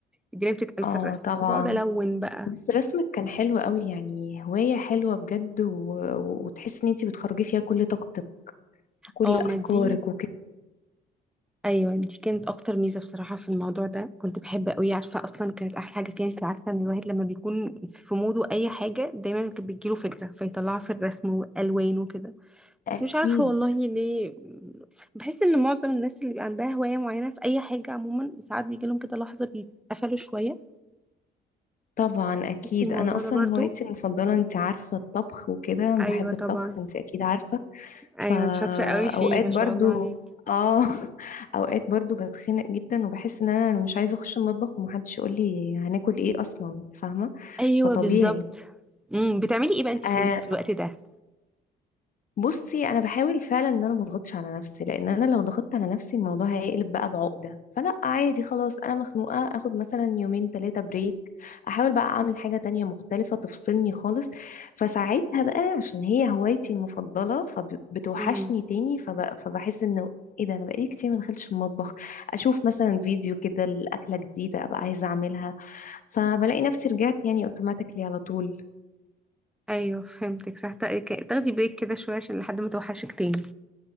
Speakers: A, in the centre; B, on the left.
A: الدنيا بتتقل
B: اه
A: في الرسم
B: طبعا
A: فبقعد الون بقى
B: بس رسمك كان حلو قوي يعني هواية حلوة بجد و... وتحسي ان انتي بتخرجي فيها كل طاقتك وكل
A: اه
B: افكارك
A: ما دي
B: وكده
A: ايوه دي كانت اكتر ميزه بصراحه في الموضوع ده كنت بحب قوي عارفه اصلا كانت احلى حاجه فيها انت عارفه ان الواحد لما بيكون في موده اي حاجه دايما كانت بتجيله فكره فيطلعها في الرسم والوان وكده بس
B: اكيد
A: مش عارفة والله ليه بحس ان معظم الناس اللي بيبقى عندها هواية معينة في اي حاجة عموما ساعات بيجيلهم كده لحظة بيتقفلوا شوية
B: طبعا اكيد
A: تحسي الموضوع
B: انا اصلا
A: ده برضو
B: هوايتي المفضله انت عارفه الطبخ وكده بحب
A: ايوه طبعا
B: الطبخ انت اكيد عارفه
A: ايوه
B: فاوقات
A: انت شاطره قوي فيه ما
B: برضو
A: شاء الله عليك
B: اه <laughs> اوقات برضو بتخنق جدا وبحس ان انا مش عايزه اخش المطبخ ومحدش يقول لي هناكل ايه اصلا فاهمه
A: ايوه
B: فطبيعي
A: بالظبط امم بتعملي ايه بقى انتي
B: آه
A: في, ال- في الوقت ده
B: بصي انا بحاول فعلا ان انا ما اضغطش على نفسي لان انا لو ضغطت على نفسي الموضوع هيقلب بقى بعقده فلا عادي خلاص انا مخنوقه اخد مثلا يومين ثلاثه بريك احاول بقى اعمل حاجه تانية مختلفه تفصلني خالص فساعتها بقى عشان هي هوايتي المفضله فبتوحشني
A: امم
B: تاني فب... فبحس انه ايه ده انا بقالي كتير ما دخلتش المطبخ اشوف مثلا فيديو كده لاكله جديده ابقى عايزه اعملها فبلاقي نفسي رجعت يعني اوتوماتيكلي على طول
A: ايوه فهمتك صح تا- ك- تاخدي بريك كده شويه عشان لحد ما توحشك تاني